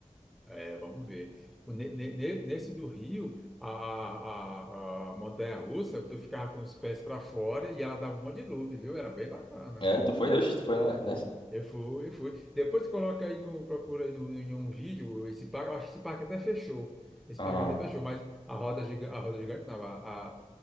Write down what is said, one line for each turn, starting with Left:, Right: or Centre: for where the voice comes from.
Centre: É, vamos ver. O ne- ne- ne- Nesse do Rio, a, a, a, a montanha-russa, tu ficava com os pés para fora e ela dava um monte de loop, viu? Era bem bacana.
Left: É, tu foi, oxe, tu foi ne- nessa?
Centre: Eu fui, eu fui. Depois coloca aí no, procura aí no, em um vídeo esse parque. Eu acho que esse parque até fechou. Esse
Left: Ah,
Centre: parque até fechou, mas a roda gigante, a roda gigante não, a,